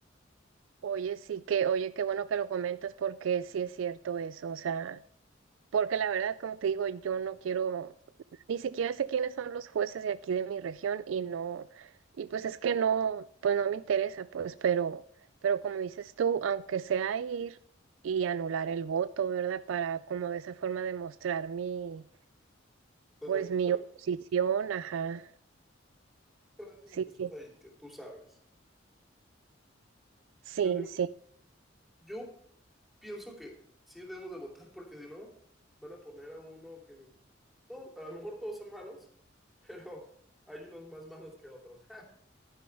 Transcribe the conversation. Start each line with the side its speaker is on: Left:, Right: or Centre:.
Right: Oye, sí que, oye, qué bueno que lo comentas porque sí es cierto eso, o sea. Porque la verdad, como te digo, yo no quiero, ni siquiera sé quiénes son los jueces de aquí de mi región y no, y pues es que no, pues no me interesa, pues, pero, pero como dices tú, aunque sea ir y anular el voto, ¿verdad? Para como de esa forma demostrar mi,
Centre: Estás
Right: pues
Centre: ahí,
Right: mi
Centre: sabes.
Right: oposición, ajá,
Centre: Gracias
Right: sí,
Centre: a que
Right: sí,
Centre: estás ahí, que tú sabes.
Right: sí,
Centre: Entonces yo,
Right: sí,
Centre: yo pienso que sí debemos de votar porque si no, van a poner a uno que... Todo, a lo mejor todos son malos, pero hay unos más malos que otros. <laughs>